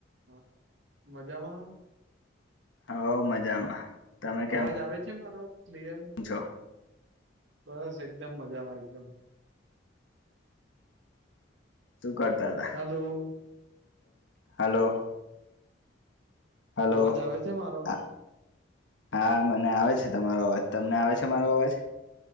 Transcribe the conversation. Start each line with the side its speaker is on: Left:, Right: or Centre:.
Right: હા મજામાં
Left: હોવ મજામાં તમે કેમ
Right: અવાજ આવે છે, મારો ક્લિયર
Left: છો
Right: બસ એકદમ મજામાં એકદમ
Left: શૂ કરતા હતા
Right: હલો
Left: હલો હલો
Right: અવાજ આવે છે મારો
Left: હ હા મને આવે છે, તમારો અવાજ તમને આવે છે, મારો અવાજ